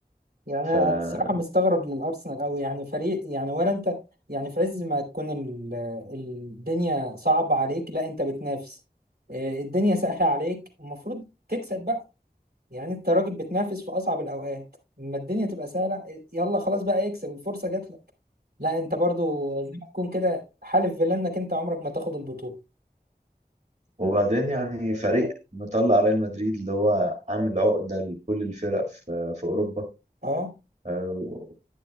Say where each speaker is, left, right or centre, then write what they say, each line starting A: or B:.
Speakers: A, on the right; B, on the right.
A: يعني انا
B: فبالظبط
A: الصراحه مستغرب للارسنال قوي يعني فريق يعني ولا انت يعني في عز ما تكون ال- الدنيا صعبه عليك لا انت بتنافس آه، الدنيا سهله عليك المفروض تكسب بقى يعني انت راجل بتنافس في اصعب الاوقات لما الدنيا تبقى سهله آه، يلا خلاص بقى اكسب الفرصه جات لك لا انت برضو زي ما تكون كده حالف فيلا انك انت عمرك ما تاخد البطوله
B: وبعدين يعني فريق مطلع ريال مدريد اللي هو عامل عقدة لكل الفرق في, في أوروبا
A: اه
B: آه،